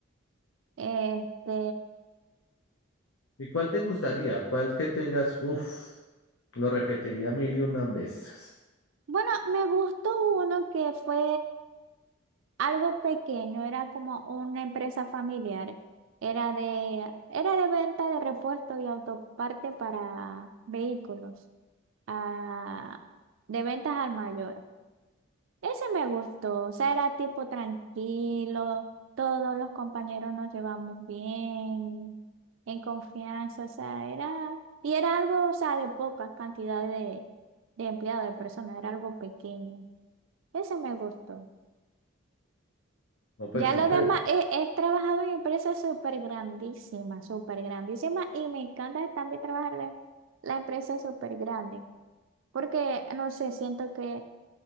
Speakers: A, on the right (about 70°); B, on the left (about 85°).
A: Este,
B: ¿Y cuál te gustaría? ¿Cuál que te digas, uff, lo repetiría mil y una veces?
A: bueno, me gustó uno que fue algo pequeño, era como una empresa familiar. Era de, era de venta de repuestos y autoparte para vehículos, ah, de ventas al mayor. Ese me gustó, o sea, era tipo tranquilo, todos los compañeros nos llevamos bien, en confianza, o sea, era, y era algo, o sea, de pocas cantidades de, de empleados, de personas, era algo pequeño. Ese me gustó.
B: No, pues
A: Ya
B: súper.
A: lo demás, he, he trabajado en empresas súper grandísimas, súper grandísimas, y me encanta también trabajar en la, la empresa súper grande, porque, no sé, siento que